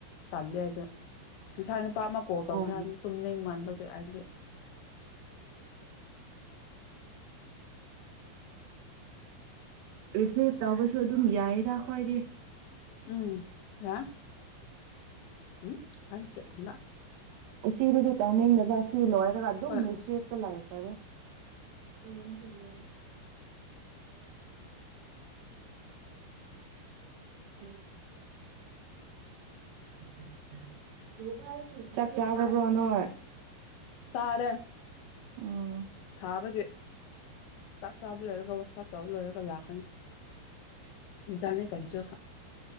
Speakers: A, on the left; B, on the right.
A: ꯇꯜꯂꯦ ꯑꯗꯨ ꯉꯁꯥꯏꯅ ꯄꯥꯞ ꯑꯃ ꯀꯣꯜ ꯇꯧꯁꯦ
B: ꯑꯣ
A: ꯌꯥꯝꯥꯟꯅ ꯇꯨꯝꯅꯤꯡ ꯃꯟꯕꯒꯤ ꯍꯥꯏꯗꯤ
B: ꯔꯤꯁꯤꯞ ꯇꯧꯕꯁꯨ ꯑꯗꯨꯝ ꯌꯥꯏꯌꯦꯗ ꯈꯣꯏꯏꯗꯤ
A: ꯎꯝ ꯌꯥ ꯎꯝ ꯀ ꯀꯦ ꯀꯨꯨꯝ꯭ꯔꯥ
B: ꯎꯁꯤꯗꯗꯤ ꯇꯧꯅꯤꯡꯗꯕ ꯁꯤ ꯂꯣꯏꯔꯒ ꯑꯗꯨꯝ
A: ꯍꯣꯏ
B: ꯔꯤꯁꯤꯞꯇꯥ ꯂꯩ ꯇꯔꯦ ꯑꯦ <inaudible> ꯎ <unintelligible> ꯆꯥꯛ ꯆꯥꯖꯕ꯭ꯔ ꯅꯣꯏ
A: ꯆꯥꯔꯦ
B: ꯎꯝ
A: ꯁꯕꯒꯤ ꯆꯥꯛ ꯆꯥꯕ ꯂꯣꯏꯔꯒ ꯋꯥꯁ ꯑꯕ ꯇꯩꯕ ꯂꯣꯏꯔꯒ ꯂꯥꯛꯀꯅꯤ ꯕꯖꯥꯔꯅꯦ ꯀꯩꯁꯨ